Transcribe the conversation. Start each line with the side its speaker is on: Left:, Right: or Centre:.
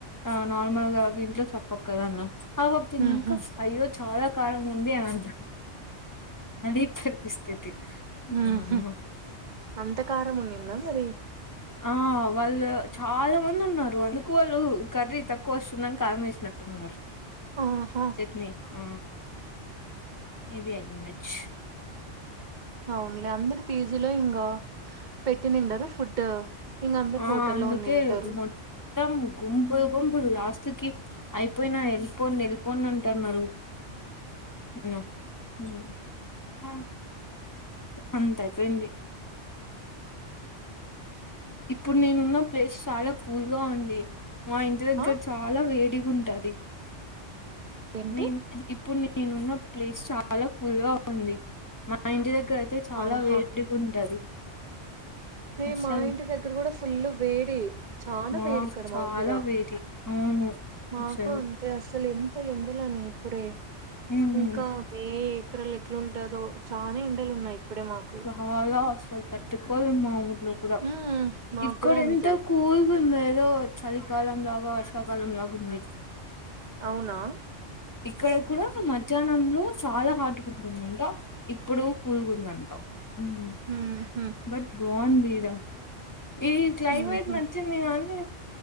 Left: ఆ నార్మల్ గా ఇంట్లో సప్పగ కదా అన్న కబాబ్ తిన్నాంక
Right: ఉహు
Left: అయ్యో చాలా కారంగా ఉంది అనంట అదే పరిస్థితి
Right: ఉహు
Left: వామ్మో
Right: అంత కారం ఉన్నిందా మరి
Left: ఆ వాళ్ళు చాలా మంది ఉన్నారు అందుకు వాళ్ళు కర్రీ తక్కువ వస్తుందని కారం వేసినట్టున్నారు
Right: ఆహా
Left: చట్నీ ఆ మేబి అయిండచ్చు
Right: అవునులే అందరు పీజీలో ఇంగా పెట్టి నిండరు ఫుడ్ ఇంక అందరు
Left: ఆ
Right: హోటల్
Left: అందుకే
Right: లో ఉన్నింటారు
Left: మొత్తం గుంపులు గుంపులు లాస్ట్ కి అయిపోయినాయి వెళ్ళిపోండి వెళ్ళిపోండి అంటన్నారు
Right: అ
Left: ఉమ్ ఉమ్ అంత అయిపోయింది ఇప్పుడు నేనున్న ప్లేస్ చాలా కూల్ గా ఉంది మా ఇంటి దగ్గర
Right: ఆ
Left: చాలా వేడి ఉంటది
Right: ఏంటి
Left: నేను ఇప్పుడు నే నేనున్న ప్లేస్ చాలా కూల్ గా ఉంది మా ఇంటి దగ్గర ఇక్కడ అయితే చాలా
Right: ఆహా
Left: వేడిగ ఉంటది
Right: మే
Left: అసలు
Right: మా ఇంటి దగ్గర కూడా ఫుల్ వేడి చానా
Left: మా
Right: వేడి ఇక్కడ
Left: చాలా
Right: మాకు కూడా
Left: వేడి అవును
Right: మాకు
Left: అసలు
Right: అంతే అసలు ఎంత ఎండలని ఇప్పుడే
Left: ఉమ్,
Right: ఇంకా మే ఏప్రిల్ ఎట్లుంటదో చాలా ఎండలు ఉన్నాయి ఇప్పుడే మాకు
Left: చాలా అసలు తట్టుకోలేం మనము లో కూడా
Right: ఉమ్ మాకు
Left: ఇక్కడ
Right: కూడా అంతే
Left: ఎంత కూల్గా ఉంద ఏదో చలికాలం వర్షాకాలం లాగా ఉంది
Right: అవునా
Left: ఇక్కడ కూడా మధ్యాహ్నంలో చాలా హాట్ గా ఉంటుందంట ఇప్పుడు కూల్ గా ఉందంట ఉమ్
Right: ఉహు
Left: బట్ బాగుంది ఈడ ఈ క్లైమేట్
Right: ఉహు
Left: నచ్చింది కానీ